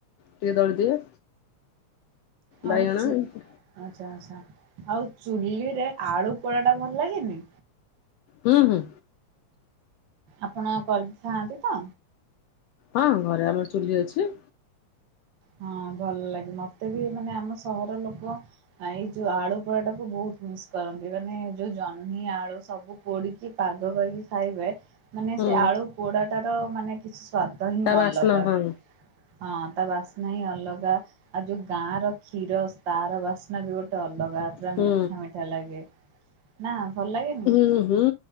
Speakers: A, on the left; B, on the right.
A: ଟିକେ ଦଳିଦିଏ।
B: ଆଉ
A: ବାଇଗଣ
B: ଚୁ
A: ଏମିତି
B: ଆଚ୍ଛା ଆଚ୍ଛା ଆଉ ଚୁଲିରେ ଆଳୁ ପୋଡା ଟା ଭଲ ଲାଗେନି।
A: ହୁଁ ହୁଁ।
B: ଆପଣ କରିକିଖାଆନ୍ତି ତ?
A: ହଁ ଘରେ ଆମର ଚୁଲି ଅଛି।
B: ହଁ ଭଲ ଲାଗେ ମତେ ବି ମାନେ ଆମ ସହର ଲୋକ ଏଇ ଯୋଉ ଆଳୁ ପୋଡା ଟାକୁ ବହୁତ ମିସ୍ କରନ୍ତି। ମାନେ ଯୋଉ ଜହ୍ନି ଆଳୁ ସବୁ ପୋଡିକି ପାଗ କରିକି ଖାଇବେ। ମାନେ
A: ହୁଁ।
B: ସେ ଆଳୁ ପୋଡାଟ ର ମାନେ କିଛି ସ୍ଵାଦ ହିଁ
A: ତା ବାସ୍ନା
B: ଅଲଗା।
A: ହଁ
B: ହଁ ତା ବାସ୍ନା ହିଁ ଅଲଗା ଆଉ ଯୋଉ ଗାଁ ର କ୍ଷୀର ତାର ବାସ୍ନା ବି ଗୋଟେ ଟ ଅଲଗା ପୁରା
A: ହୁଁ
B: ମିଠା ମିଠା ଲାଗେ ନା ଭଲ ଲାଗେନି?
A: ଉଁ ହୁଁ।